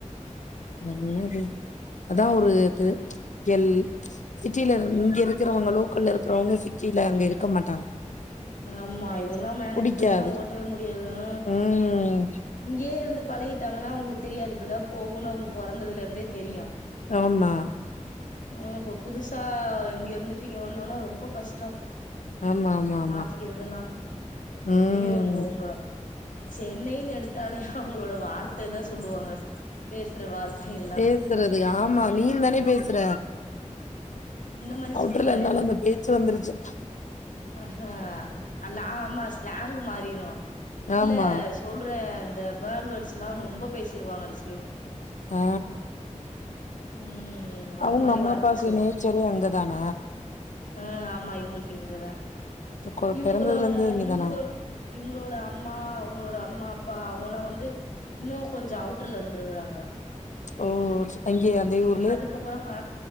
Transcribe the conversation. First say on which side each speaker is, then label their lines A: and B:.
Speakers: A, on the left; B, on the left.
A: என்னது அதா ஒரு
B: ஆமா
A: து எல் சிட்டில இங்க இருக்றவங்க லோக்கல்ல இருக்குறவங்க சிட்டில அங்க இருக்க மாட்டாங்க
B: ஆமா இதெல்லா மேனேஜ்
A: புடிக்காது
B: பண்ணிலா ஓட்டவே முடியாதுங்க
A: ம்
B: இங்கே இருந்து பழகிட்டாங்கனா அவுங்ளுக் தெரியாது இப்டிதா போகுனு பொறந்ததுலந்தே தெரியு
A: ஆமா
B: ஆ இப்ப புதுசா இங்கருந்துட்டு இங்க வந்தோனா ரொம்ப கஷ்ட்டோ
A: ஆமாமா
B: மாற்றிக்கிறதெல்லாம்
A: ம்
B: ஐயய்யோ இங்க ஏங்க சென்னைனு எடுத்தாலே அவுங்ளோட வார்த்த தா சொல்வாங்க பேசுற வார்த்த எல்லா
A: பேசுறது ஆமா நீ தானே பேசுற
B: மாரி
A: அவுட்ர்ல
B: சொல்லல
A: இருந்தாலும் அந்த பேச்சு வந்துருச்சு
B: ஆ அல்ல ஆமா ஸ்லாங்கு மாறிரும் இல்ல
A: ஆமா
B: சொல்றெ இந்த பேர்ட் வேர்ட்ஸ்லாம் ரொம்ப பேசிருவாங்க அந்த சைடு
A: ஆ
B: ம் அந்த
A: அவுங்
B: மாரி
A: அம்மா
B: வார்த்த
A: அப்பாக்கு நேச்சரே அங்க தான
B: அ ஆமா இவங்ளுக்கு இங்கதா
A: கொ
B: இவுங்களோட
A: பெறந்ததுல இருந்தே இங்கதானா
B: இவங்கு இவுங்களோட அம்மா அவுங்களோட அம்மா அப்பா அவுங்கலா வந்து இன்னு கொஞ்சோ அவுட்ர்ல இருந்துருக்குறாங்க
A: ஓ அங்கயே அதே ஊர்
B: அதுக்கப்புறோ ஆ